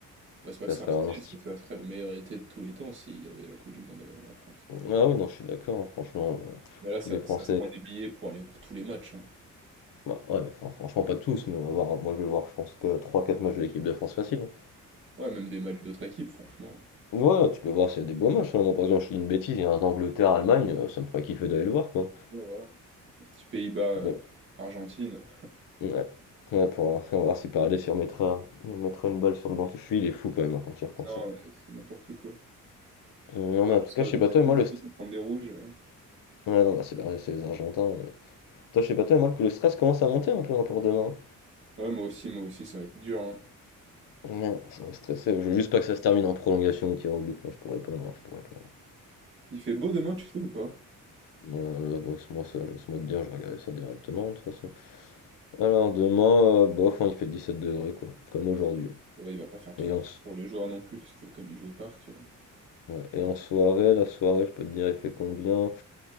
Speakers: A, on the right; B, on the left.
A: Ouais, c'est pas
B: Ça
A: que c'est
B: serait
A: un style,
B: vraiment stylé.
A: c'est que ça serait le meilleur été de tous les temps s'il y avait la Coupe du Monde euh, en France.
B: Ah oui, non, je suis d'accord, hein, franchement. euh,
A: Mais là,
B: Tous
A: ça,
B: les Français.
A: ça se prend des billets pour aller voir tous les matchs. hein.
B: Bah ouais, enfin, franchement, pas tous, mais on va voir. Moi, je vais voir, je pense que trois, quatre matchs de l'équipe de France facile. hein.
A: Ouais, même des matchs d'autres équipes, franchement.
B: Ouais, tu peux voir s'il y a des beaux matchs. hein. Moi, par exemple, je dis une bêtise, il y a un Angleterre-Allemagne, euh, ça me ferait kiffer d'aller le voir, quoi.
A: Ouais, voilà. Les Petits Pays-Bas, euh,
B: Ouais,
A: Argentine.
B: ouais. Ouais, pour, on va voir si Paredes il remettra, il remettra une balle sur le banc. Je suis, il est fou quand même hein, quand il repense.
A: Non,
B: hein.
A: mais c'est n'importe quoi.
B: Non,
A: Toi,
B: mais en tout
A: Ça
B: cas, je
A: va
B: sais
A: être
B: pas toi,
A: très difficile
B: et moi, le. st-
A: de prendre des rouges. euh.
B: Ouais, non, bah, c'est la- c'est les Argentins. Toi, je sais pas toi, mais moi que le stress commence à monter un peu hein, pour demain.
A: Ouais, moi aussi, moi aussi, ça va être dur. hein.
B: Ouais, ça va stresser. Je veux juste pas que ça se termine en prolongation ou tir au but. Là, je pourrais pas. hein, je pourrais pas.
A: Il fait beau demain, tu sais ou pas?
B: Euh, là, ouais, laisse-moi ça, laisse-moi te dire, je vais regarder ça directement de toute façon. Alors demain, euh, bof, hein, il fait 17 degrés quoi, comme aujourd'hui.
A: Ouais, il va pas faire trop
B: Et en,
A: peur
B: s-
A: pour les joueurs non plus, parce que comme ils jouent au parc. euh,
B: ouais, et en soirée, la soirée, je peux te dire, il fait combien?